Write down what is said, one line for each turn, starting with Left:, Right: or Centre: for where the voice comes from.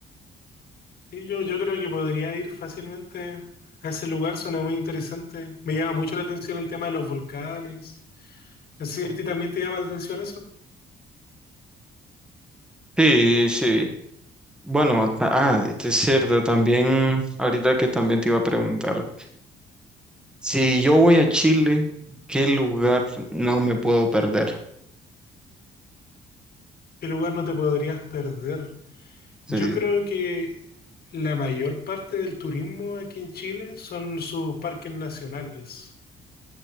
Left: Sí, yo, yo creo que podría ir fácilmente a ese lugar, suena muy interesante. Me llama mucho la atención el tema de los volcanes. No sé si a ti también te llama la atención eso.
Centre: Sí, sí. Bueno, ta- ah, este es cierto, también, ahorita que también te iba a preguntar, si yo voy a Chile, ¿qué lugar no me puedo perder?
Left: ¿Qué lugar no te podrías perder?
Centre: Sí,
Left: Yo creo que la mayor parte del turismo aquí en Chile son sus parques nacionales,